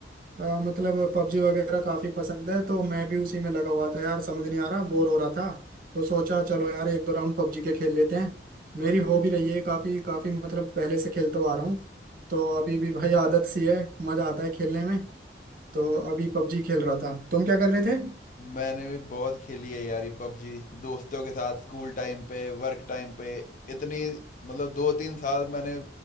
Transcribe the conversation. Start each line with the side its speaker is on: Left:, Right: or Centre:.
Right: अ, मतलब पबजी वगैरह काफी पसंद है तो मैं भी उसी में लगा हुआ था यार समझ नहीं आ रहा बोर हो रहा था तो सोचा चलो यार एक दो राउंड पबजी के खेल लेते हैं मेरी हॉबी रही है काफी काफी मतलब पहले से खेलता हुआ आ रहा हूँ तो अभी भी भाई आदत सी है मजा आता है खेलने में तो अभी पबजी खेल रहा था तुम क्या कर रहे थे
Left: मैंने भी बहुत खेली है यार ये पबजी दोस्तों के साथ स्कूल टाइम पे वर्क टाइम पे इतनी मतलब दो तीन साल मैंने